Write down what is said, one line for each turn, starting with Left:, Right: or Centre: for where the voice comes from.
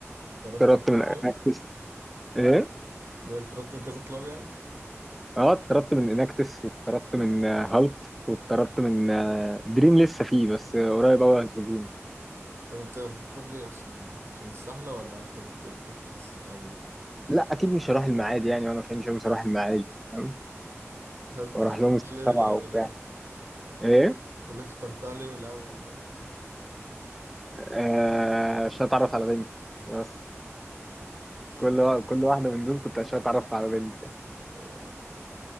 Right: ترتب
Centre: اتطردت
Right: كذا
Centre: من اناكتس
Right: كلاب
Centre: ايه
Right: بقولك ترتب كذا كلاب يعني
Centre: اه اتطردت من اناكتس واتطردت من هالت واتطردت من آه، دريم لسه فيه بس قريب قوي هيطردوني
Right: طب انت كنت بتروح ليه اصلا يعني عشان السحلة ولا انت كنت بتفكس عادي
Centre: لا اكيد مش هروح المعادي يعني وانا في عين شمس هروح المعادي فاهم
Right: انت
Centre: واروح
Right: اخترتها
Centre: لهم السبعة
Right: ليه من الاول
Centre: وبتاع
Right: بقى
Centre: ايه
Right: بقولك اخترتها ليه من الاول بقى
Centre: آه، عشان اتعرف على بنت بس
Right: <laughs>
Centre: كل وا- كل واحده من دول كنت عشان اتعرف على بنت
Right: آه،